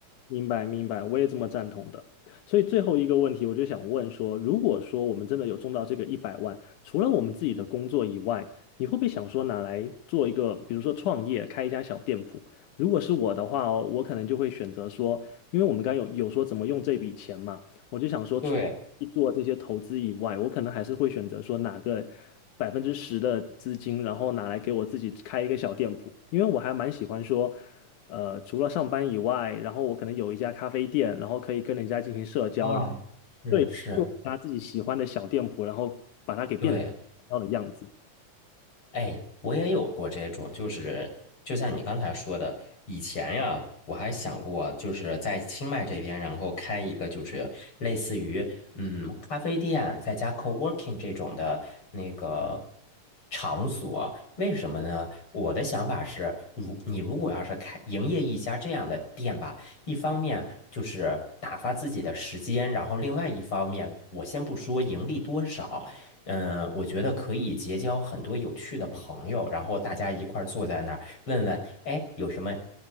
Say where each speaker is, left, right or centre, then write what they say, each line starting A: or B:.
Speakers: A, on the left; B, on the left.
A: 明白，明白，我也这么赞同的。所以最后一个问题，我就想问说，如果说我们真的有中到这个一百万，除了我们自己的工作以外，你会不会想说拿来做一个，比如说创业，开一家小店铺？如果是我的话哦，我可能就会选择说，因为我们刚刚有有说怎么用这笔钱嘛，我就想说，
B: 对，
A: 除了做这些投资以外，我可能还是会选择说哪个百分之十的资金，然后拿来给我自己开一个小店铺，因为我还蛮喜欢说。呃，除了上班以外，然后我可能有一家咖啡店，然后可以跟人家进行社交，
B: 啊，是是，
A: 对，做一家自己喜欢的小店铺，然后把它给变成想要的样子。
B: 对。哎，我也有过这种，就是就像你刚才说的，以前呀，我还想过，就是在清迈这边，然后开一个就是类似于嗯咖啡店，再加 co-working 这种的那个场所。为什么呢？我的想法是，如你如果要是开营业一家这样的店吧，一方面就是打发自己的时间，然后另外一方面，我先不说盈利多少。嗯，我觉得可以结交很多有趣的朋友，然后大家一块儿坐在那儿，问问，哎，有什么